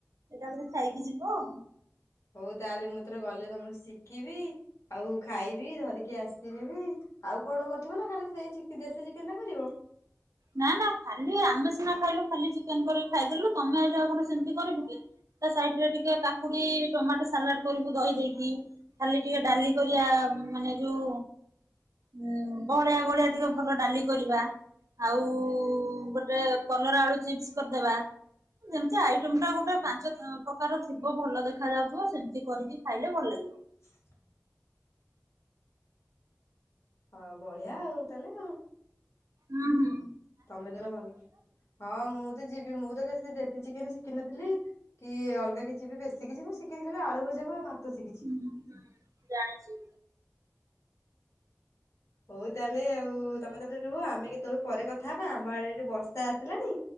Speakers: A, on the right (about 85°); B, on the left (about 60°).
A: ଏକାଥରେ ଖାଇକି ଯିବ ଆଉ।
B: ହଉ ତାହେଲେ ମୁଁ ଏଥର ଗଲେ ତମଠୁ ଶିକିବି ଆଉ ଖାଇବି ଧରିକି ଆସିବି ବି। ଆଉ କଣ କରିଥିବ ନା ଖାଲି ସେଇ ଚି ଦେଶୀ ଚିକେନଟା କରିବ?
A: ନା ନା ଖାଲି ଆମେ ସିନା ଖାଇଲୁ ଖାଲି ଚିକେନ କରିକି ଖାଇଦେଲୁ ତମେ ଆଇଲେ ଆଉ କଣ ସେମିତି କରିବୁ କି? ତା ସାଇଡ ରେ ଟିକେ କାକୁଡି ଟମାଟୋ ସାଲାଡ କରିବୁ ଦହି ଦେଇକି। ଖାଲି ଟିକେ ଡାଲି କରିବା ମାନେ ଯୋଉ ହୁଁ ବଳଳିଆ ବହଳିଆ ଟିକେ ଭଲ ଡାଲି କରିବା। ଆଉ ଗୋଟେ କଲରା ଆଳୁ ଚିପ୍ସ କରିଦେବା। ଯେମତି ଆଇଟମ ଟା ଗୋଟେ ପାଞ୍ଚ ପ୍ରକାର ଥିବ ଭଲ ଦେଖା ଯାଉଥିବ ସେମତି କରିକି ଖାଇଲେ ଭଲ ଲାଗିବ।
B: <unintelligible> ହଁ ବଢିଆ ଆଉ ତାହେଲେ ଆଉ।
A: ହଁ ହଁ।
B: ତମେ ଦେଲେ ଭଲ ହଁ ମୁଁ ତ ଯିବି ମୁଁ ତ ସେ ଦେଶୀ ଚିକେନ ଶିଖିନଥିଲି। କି ଅଲଗା କିଛି ବି ବେଶି କିଛି ମୁଁ ଶିଖିନି ଖାଲି ଆଳୁ ଭଜା କୁ ଆଉ ଭାତ ଶିକିଛି।
A: ହୁଁ ହୁଁ ଜାଣିଚି।
B: ହଉ ତାହେଲେ ଆଉ ତମେ ତାହେଲେ ରୁହ ଆମେ କେତେବେଳେ ପରେ କଥାହବା ଆମ ଆଡେ ଏଠି ବର୍ଷା ଆସିଲାଣି।